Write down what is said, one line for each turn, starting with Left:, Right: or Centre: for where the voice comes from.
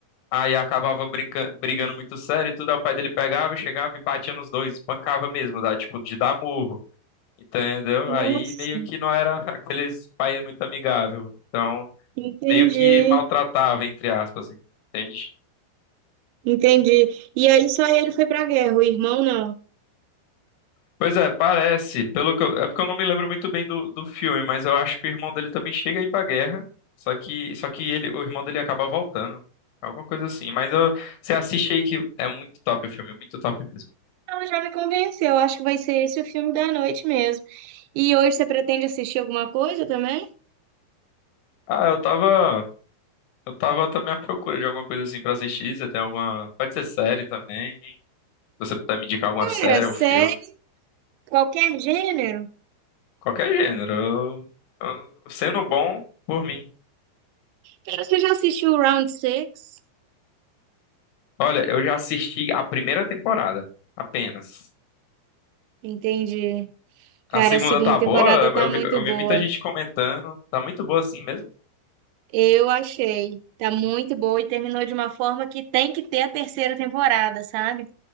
Left: Aí acabava brinca- brigando muito sério e tudo. Aí o pai dele pegava, chegava e batia nos dois, espancava mesmo, dá, tipo, de dar murro. Entendeu?
Right: Nossa,
Left: Aí meio
Right: senhora.
Left: que não era <laughs> aqueles pais muito amigável. Então,
Right: entendi,
Left: meio que maltratava, entre aspas, entende?
Right: entendi. E aí só ele foi pra guerra, o irmão não.
Left: Pois é, parece. Pelo que eu- é porque eu não me lembro muito bem do, do filme, mas eu acho que o irmão dele também chega a ir pra guerra. Só que, só que ele, o irmão dele acaba voltando. Alguma coisa assim. Mas eu, você assiste aí que é muito top o filme, muito top mesmo.
Right: Então já me convenceu, acho que vai ser esse o filme da noite mesmo. E hoje você pretende assistir alguma coisa também?
Left: Ah, eu tava. Eu tava também à procura de alguma coisa assim pra assistir. Você tem alguma. Pode ser série também. Se Você puder me indicar alguma
Right: Cara,
Left: série
Right: série,
Left: ou filme.
Right: qualquer gênero.
Left: Qualquer gênero. Eu- eu- Sendo bom, por mim.
Right: Cara, Você já assistiu o Round Six?
Left: Olha, eu já assisti a primeira temporada. Apenas.
Right: Entendi.
Left: A
Right: Cara,
Left: segunda
Right: a segunda
Left: tá
Right: temporada
Left: boa.
Right: tá
Left: Eu
Right: muito
Left: vi, eu
Right: boa.
Left: vi muita gente comentando. Tá muito boa assim mesmo.
Right: Eu achei. Tá muito boa e terminou de uma forma que tem que ter a terceira temporada, sabe?